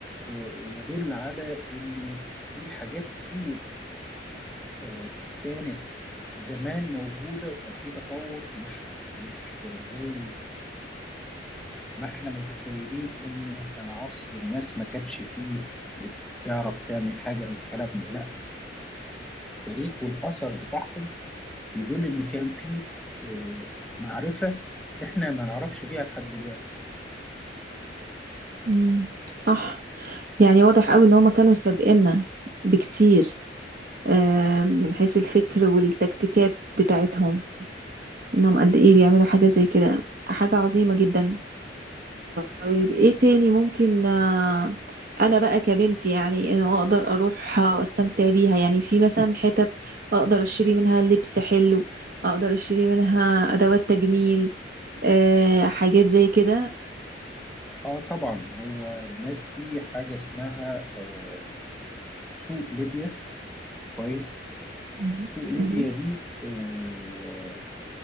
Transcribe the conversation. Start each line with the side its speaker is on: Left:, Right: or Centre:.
Centre: آه، يدل على إنه في حاجات كتير آه، كانت زمان موجودة وكان في تطور مش مش زي ما احنا متخيلين انه كان عصر الناس ما كانتش فيه بتعرف تعمل حاجة او الكلام ده لا التاريخ والأثر بتاعهم بيدل ان كان فيه آه، معرفة احنا ما نعرفش بيها لحد دلوقتي
Right: مم. صح يعني واضح قوي ان هما كانوا سابقنا بكتير آه، من حيث الفكر والتكتيكات بتاعتهم انهم قد ايه بيعملوا حاجة زي كده حاجة عظيمة جدا طيب ايه تاني ممكن آه، انا بقى كبنت يعني انه اقدر اروحها واستمتع بيها يعني في مثلا حتت اقدر اشتري منها لبس حلو اقدر اشتري منها ادوات تجميل آه، حاجات زي كده
Centre: اه طبعا هو هناك في حاجة اسمها آه، سوق ليبيا كويس
Right: مم.
Centre: سوق ليبيا
Right: مم.
Centre: دي آه،